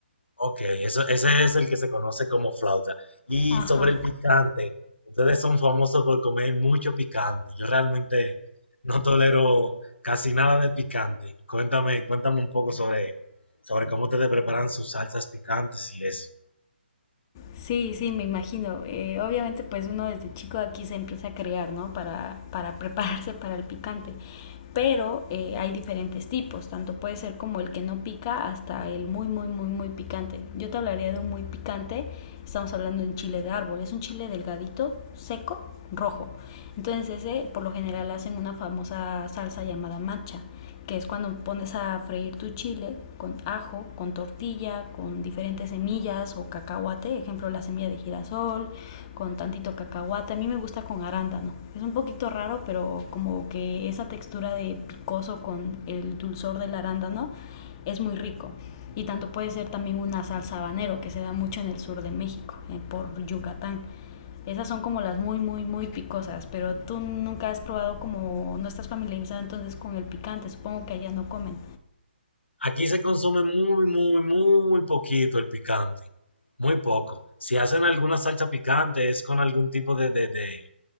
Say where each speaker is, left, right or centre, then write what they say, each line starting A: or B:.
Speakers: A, on the left; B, on the left.
A: Ok, eso, ese es el que se conoce como flauta. Y
B: Ajá.
A: sobre el picante, ustedes son famosos por comer mucho picante. Yo realmente no tolero casi nada de picante. Cuéntame, cuéntame un poco sobre, sobre cómo ustedes preparan sus salsas picantes y eso.
B: Sí, sí, me imagino. Eh, obviamente, pues uno desde chico aquí se empieza a crear, ¿no? Para, para <laughs> prepararse para el picante. Pero eh, hay diferentes tipos, tanto puede ser como el que no pica hasta el muy, muy, muy, muy picante. Yo te hablaría de un muy picante, estamos hablando de un chile de árbol, es un chile delgadito, seco, rojo. Entonces ese por lo general hacen una famosa salsa llamada macha, que es cuando pones a freír tu chile con ajo, con tortilla, con diferentes semillas o cacahuate, ejemplo la semilla de girasol, con tantito cacahuate. A mí me gusta con arándano. Es un poquito raro, pero como que esa textura de picoso con el dulzor del arándano es muy rico. Y tanto puede ser también una salsa habanero que se da mucho en el sur de México, eh, por Yucatán. Esas son como las muy, muy, muy picosas, pero tú nunca has probado como, no estás familiarizado entonces con el picante, supongo que allá no comen.
A: Aquí se consume muy, muy, muy poquito el picante. Muy poco. Si hacen alguna salsa picante es con algún tipo de, de, de,